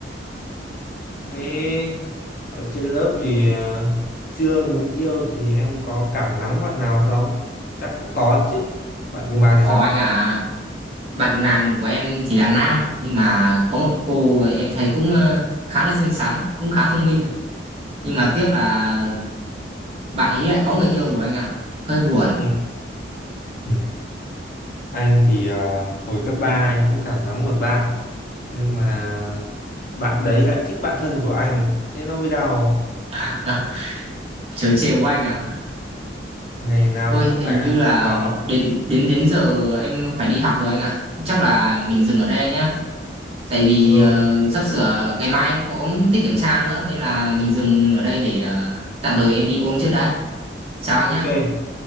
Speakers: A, on the left (about 50°); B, on the right (about 35°).
A: thế ở trên lớp thì ờ, chưa muốn yêu thì em có cảm nắng bạn nào không chắc cũng có chứ bạn cùng bàn
B: có
A: thì sao
B: anh ạ bạn cùng nàng của em thì là nam nhưng mà có một cô em thấy cũng ờ, khá là xinh xắn cũng khá thông minh nhưng mà tiếc là bạn ấy lại có người yêu rồi anh ạ hơi buồn
A: Ừ. Ừ. Anh thì ờ, hồi cấp 3 anh cũng cảm nắng một bạn Nhưng mà bạn đấy lại thích bạn thân của anh Thế nó mới đau
B: <laughs> À, trời chiều của anh ạ.
A: Ngày nào
B: Ôi
A: cũng
B: hình
A: phải ăn
B: như là
A: cắp đó
B: đến đến đến giờ em phải đi học rồi anh ạ. Chắc là mình dừng ở đây anh nhá. Tại vì
A: Ừ
B: ờ, sắp sửa ngày mai em có tiết kiểm tra nữa nên là mình dừng ở đây để ờ, tạm thời em đi ôn trước đã. Chào anh
A: ok
B: nhá.